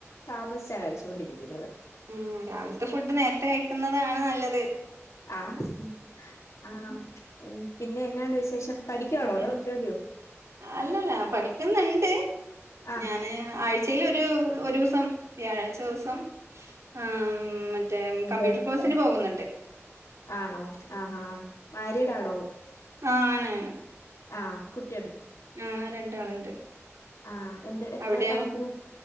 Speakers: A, on the left; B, on the right.
A: താമസിച്ചാ കഴിച്ചോണ്ടിരിക്കുന്നത്.
B: ഉം രാവിലത്തെ ഫുഡ് നേരത്തെ, കഴിക്കുന്നതാണ് നല്ലത്.
A: ആഹ് ആണോ എനിക്ക് പിന്നെ എന്നാണ്ട് വിശേഷം, പഠിക്കുവാണോ, അതോ
B: എൻ
A: ജോലിയോ?
B: അല്ലല്ല പഠിക്കുന്നുണ്ട്
A: ആഹ്
B: ഞാന് ആഴ്‌ച്ചേല് ഒരു ഒരൂസം, വ്യാഴാഴ്ച്ച ദിവസം ആഹ് മ്മ് മറ്റേ
A: അതെ
B: കമ്പ്യൂട്ടർ കോഴ്സിന്
A: ആ
B: പോകുന്നുണ്ട്.
A: ആണോ ആഹാ, മാരിടാണോ?
B: ആഹ് ആണ് ആണ്.
A: ആഹ് കുട്ട്
B: ആഹ് രണ്ടാളുണ്ട്.
A: ആഹ് എന്ത് എത്രേ
B: അവിടെയോ
A: പഠിക്കുന്നു